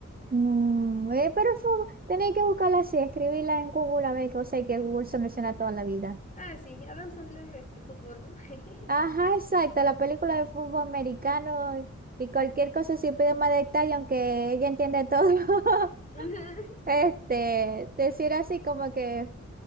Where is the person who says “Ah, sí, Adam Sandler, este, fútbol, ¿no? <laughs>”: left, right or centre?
Left